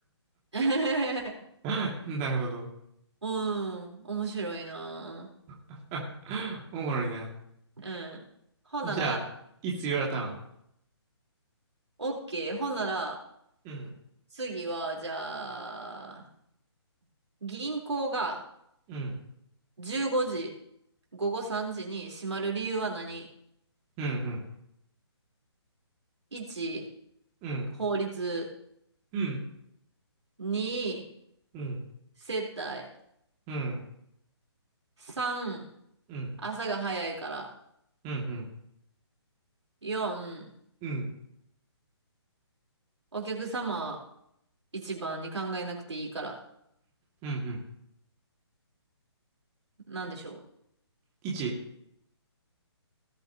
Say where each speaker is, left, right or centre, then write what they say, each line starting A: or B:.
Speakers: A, on the right; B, on the right.
A: <laughs>
B: う。<laughs> なるほど。
A: うん、面白いな。
B: <laughs> おもろいな。
A: うん。ほんなら、
B: じゃあ、いつ言われたん
A: OK。ほんなら、
B: うん、
A: 次は、じゃあ、銀行が
B: うん、
A: 15時、午後3時に閉まる理由は何
B: うん、
A: ?1、
B: うん、うん、
A: 法律。
B: うん、
A: 2、
B: うん、
A: 接待。
B: うん、
A: 3、
B: うん、う
A: 朝が早いから。
B: ん、
A: 4、
B: うん、
A: お客様一番に考えなくていいから。
B: うん、
A: なんでしょう。
B: 1、